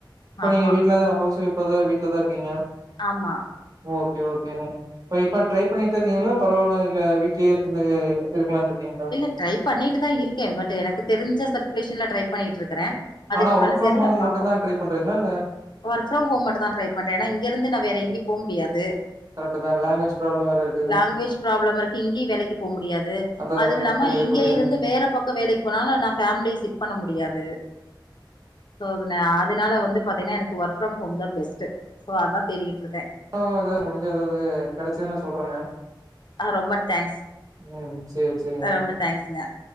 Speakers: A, on the right; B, on the left.
A: இப்ப
B: ஆமா
A: நீங்க வீட்ல தா ஹவுஸ் ஓய்ஃபா தா வீட்லதா இருக்கீங்க
B: ஆமா
A: ஓகே ஓகேங்க இப்ப இப்ப ட்ரை பண்ணிகிட்டுதாருக்கீங்களா பரவால்ல இல்ல வீட்லேயே இருந்து இருக்கலாட்ருக்கீங்களா
B: இல்ல ட்ரை பண்ணிட்டு தா இருக்கே பட் எனக்கு தெரிஞ்ச சர்குலேஷன்ல ட்ரை பண்ணிகிட்ருக்குறே அதுக்கு
A: ஆனா
B: மேல
A: ஒர்க் ஃப்ரம்
B: தெர்ல
A: ஹோம்
B: பாப்போ
A: மட்டும் தான் ட்ரை பண்றீங்களா? இல்ல
B: ஒர்க்ஃப்ரம் ஹோம் மட்டு தா ட்ரை பண்றே ஏனா இங்கேருந்து நா வேற எங்கேயு போ முடியாது
A: கரெட்டு தா லங்வேஜ் ப்ராளம் வேற இருக்கு
B: லாங்குவேஜ் ப்ராப்ளம் இருக்கு இங்கயு வேலக்கி போ முடியாது
A: அதான்,
B: அதுல்லாம
A: அதாங்க. புரியுது,
B: இங்க
A: புரியுது.
B: இருந்து வேற பக்க வேலைக்கு போனாலு நா ஃபேமிலி சிப்ட் பண்ண முடியாது சோ அதனா அதனால வந்து பாத்தீங்கன்னா எனக்கு ஒர்க் ஃப்ரம் ஹோம் தா பெஸ்ட்டு சோ அதா தேடிகிட்ருக்கே
A: சோ எதாவது முடிஞ்சு ஏதாது கெடைச்சதுன்னா சொல்றேங்க
B: ஆ ரொம்ப தேங்க்ஸ்
A: ம் சேரி செரிங்க
B: ரொம்ப தேங்க்ஸ்ங்க